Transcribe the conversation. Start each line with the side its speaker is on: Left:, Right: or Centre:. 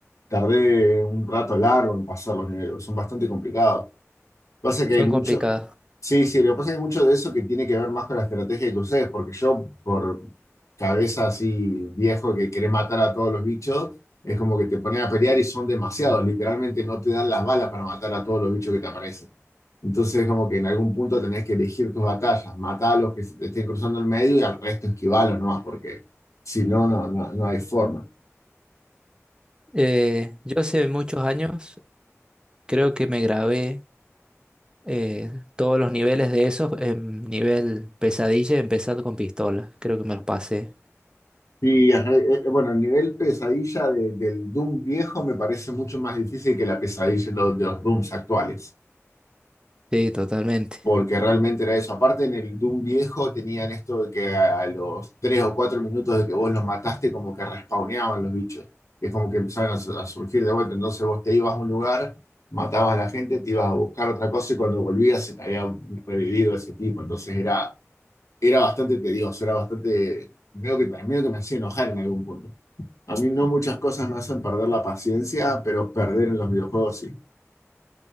Left: Tardé un rato largo en pasar los niveles, son bastante complicados. Pasa que
Right: Son
Left: hay mucho,
Right: complicados.
Left: Sí, sí, lo que pasa es que mucho de eso que tiene que ver más con la estrategia que ustedes, porque yo, por cabeza así viejo que quiere matar a todos los bichos, es como que te ponen a pelear y son demasiados, literalmente no te dan las balas para matar a todos los bichos que te aparecen. Entonces es como que en algún punto tenés que elegir tus batallas, matar a los que se te estén cruzando el medio y al resto esquivalos nomás, porque si no, no, no, no hay forma.
Right: Eh, yo hace muchos años creo que me grabé eh, todos los niveles de esos en nivel pesadilla, empezando con pistola. Creo que me los pasé.
Left: Y ajá, eh, eh, bueno, el nivel pesadilla de- del Doom viejo me parece mucho más difícil que la pesadilla de los de los Dooms actuales.
Right: Sí, totalmente.
Left: porque realmente era eso. Aparte, en el Doom viejo tenían esto de que a, a los 3 o 4 minutos de que vos los mataste, como que respawneaban los bichos. Y es como que empezaron a, su- a surgir de vuelta. Entonces vos te ibas a un lugar, matabas a la gente, te ibas a buscar otra cosa y cuando volvías se te había revivido ese tipo. Entonces era, era bastante tedioso, era bastante. Veo que, medio que me hacía enojar en algún punto. A mí no muchas cosas me hacen perder la paciencia, pero perder en los videojuegos sí.